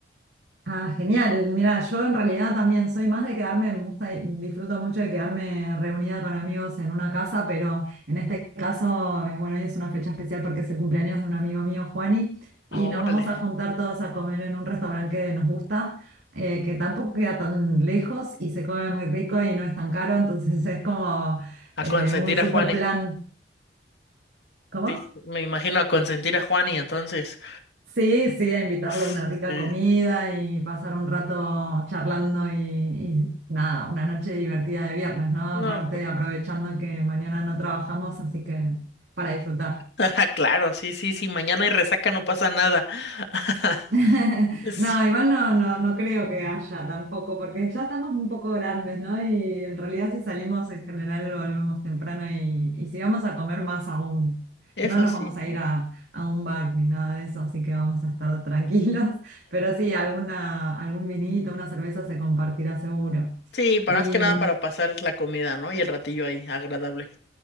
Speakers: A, on the right; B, on the left.
A: Ah, genial. Mira, yo en realidad también soy más de quedarme, me gusta, y disfruto mucho de quedarme reunida con amigos en una casa, pero en este caso, eh, bueno, hoy es una fecha especial porque es el cumpleaños de un amigo mío, Juani, y
B: Órale,
A: nos vamos a juntar todos a comer en un restaurante que nos gusta, eh, que tampoco queda tan lejos y se come muy rico y no es tan caro, entonces es como
B: a
A: eh,
B: consentir
A: un
B: a
A: super
B: Juani,
A: plan. ¿Cómo?
B: sí, me imagino a consentir a Juani, entonces,
A: Sí, sí, a invitarlo
B: uf,
A: a una rica
B: sí,
A: comida y pasar un rato charlando y, y nada, una noche divertida de viernes, ¿no?
B: no,
A: Aparte aprovechando que mañana no trabajamos, así que para disfrutar.
B: <laughs> claro, sí, sí, sí, mañana hay resaca, no pasa nada. <laughs>
A: <laughs>
B: Es-
A: No, igual no, no, no creo que haya tampoco, porque ya estamos un poco grandes, ¿no? Y en realidad si salimos en general volvemos temprano y, y si vamos a comer más aún,
B: Eso
A: no nos
B: sí.
A: vamos
B: ¿no?
A: a ir a, a un bar ni nada de eso, así que vamos a estar tranquilos, <laughs> pero sí, alguna, algún vinito, una cerveza se compartirá seguro.
B: Sí, para
A: Y
B: más que nada
A: mm,
B: para pasar la comida, ¿no? Y el ratillo ahí, agradable.